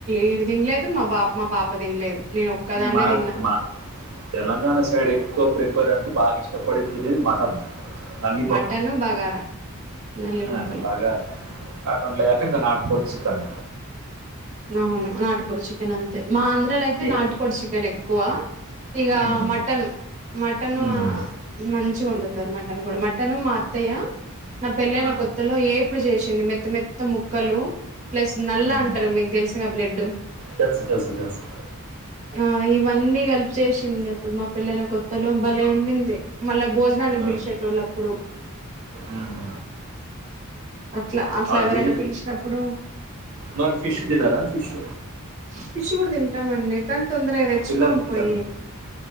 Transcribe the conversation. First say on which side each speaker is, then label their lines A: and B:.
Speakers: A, on the right (about 30°); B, on the right (about 70°).
A: ఏడు తినలేదు మా బాప మా పాప తినలేదు నేను ఒక్కదాన్నే
B: మన
A: తిన్నా
B: మా తెలంగాణ సైడ్ ఎక్కువ ప్రిపేర్ అంటే బాగా ఇష్టపడి తినేది మటన్ తల్లి పక్క
A: మటన్ బగారా నల్లి
B: అ
A: బొక్కలు
B: బాగా అట్ వండ లేదంటే ఇకా నాటుకోడి చికన్
A: అవును నాటుకోడి చికెన్ అంతే మా ఆంధ్ర లో అయితే
B: ఈ
A: నాటుకోడి చికెన్ ఎక్కువ ఇగా
B: ఉమ్,
A: మటన్ మటన్
B: ఉమ్,
A: మంచిగా వాడుతారు మటన్ మన్ కూడా మటన్ మా అత్తయ్య నా పెళ్లైన
B: ఆ,
A: కొత్తలో ఏ ఇప్పుడు చేసింది మెత్త మెత్త ముక్కలు ప్లస్ నల్ల
B: ఉమ్.
A: అంటారు మీ <unintelligible>
B: తెలుసు తెలుసు తెలుసు
A: ఆ ఇవన్నీ కలిపి చేస్తే <unintelligible> మా పెళ్లి అయినా కొత్తలో బలే వండింది మళ్ళా భోజనానికి
B: ఆ,
A: పిలిచేట వాళ్ళు అప్పుడు
B: ఉమ్.
A: అట్లా అట్లా
B: అది
A: ఎవరైనా పిలిచినప్పుడు
B: మరి ఫిష్ తినరా ఫిష్
A: పిష్ కూడా తింటామండి కానీ తొందరగా తెచ్చుకోమ్
B: పిల్లలు పిల్లలు
A: పోయి